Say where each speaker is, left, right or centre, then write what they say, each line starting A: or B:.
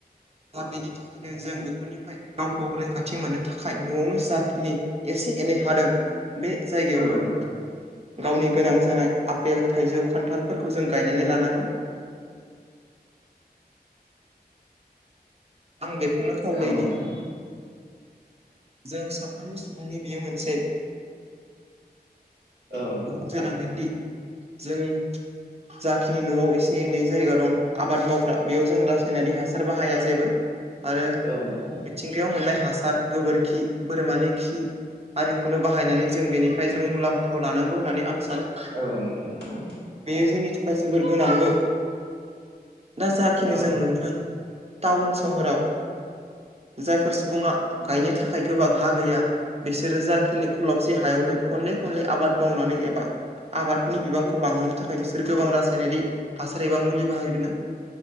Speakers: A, on the right; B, on the right.
A: दा बेनि थाखायनो जों बेफोरनि निफ्राय गावखौ रैखाथि मोननो थाखाय न'आवनो जाखिनि एसे एनै हादों बे जायगायावनो
B: औ नोंथां
A: गावनि गोनां जानाय आफेल थाइजौ खान्थालफोरखौ जों गायनानै लानांगौ। आं बेखौनो खावलायोदि
B: औ नोंथां
A: जों साफ्रोमबो सुबुंनि बियो मोनसे
B: औ नोंथां
A: गुब जानांगोनदि जों जाखिनि न'आव एसे एनै जायगा दं आबाद मावग्रा बेयाव जों रासायनारि हासार बाहाया जेबो आरो
B: औ नोंथां।
A: मिथिंगायाव मोननाय हासार गोबोरखि बोरमानि खि आरिखौनो बाहायनानै जों बेनिफ्राय जोङो मुलाम्फाखौ लानांगौ होननानै आं सानो
B: औ नोंथां नंगौ।
A: बेयो जोंनि थाखाय जोबोर गोनांबो दा जाखिनि
B: औ
A: जों
B: नोंथां
A: नुबोदों। टाउन सहराव जायफोर सुबुङा गायनो थाखाय गोबां हा गैया। बिसोरो जाखिनि खलबसे हायावनो खनले खनले आबाद मावनानै एबा आबादनि बिबांखौ बांहोनो थाखाय बिसोर गोबां रासायनारि हासार एबा मुलि बाहायनो